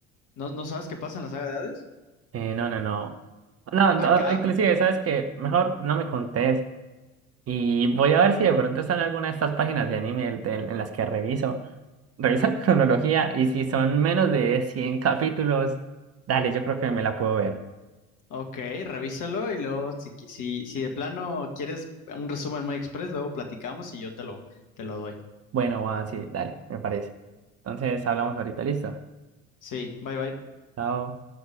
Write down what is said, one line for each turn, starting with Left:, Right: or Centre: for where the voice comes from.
Left: ¿No, no sabes qué pasa en la saga de Hades?
Right: Eh, no, no, no. No, no,
Left: Acá,
Right: inclusive, ¿sabes qué? Mejor no me contés Y voy a ver si de pronto están alguna de estas páginas de anime del- del- en las que reviso. Revisa la <laughs> cronología y si son menos de 100 capítulos, dale, yo creo que me la puedo ver.
Left: ok, revísalo y luego si, qui- si, si de plano quieres un resumen muy express, luego platicamos y yo te lo, te lo doy.
Right: Bueno, va, sí, dale, me parece. Entonces hablamos ahorita, listo.
Left: Sí, bye bye.
Right: Chao.